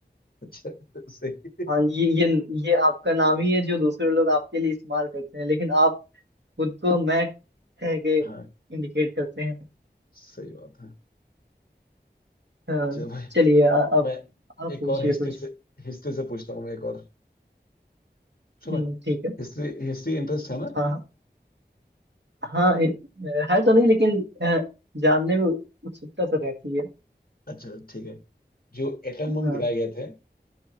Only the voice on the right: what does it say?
हाँ ये ये ये आपका नाम ही है जो दूसरे लोग आपके लिए इस्तेमाल करते हैं लेकिन आप खुद को मैं कह के इंडिकेट
करते हैं
अ,
चलिए अ-
अब
आप
पूछिए
कुछ
हम्म, ठीक है
हाँ हाँ हाँ, ए- अ, है तो नहीं लेकिन अ, जानने में उत्सुकता तो रहती है
हाँ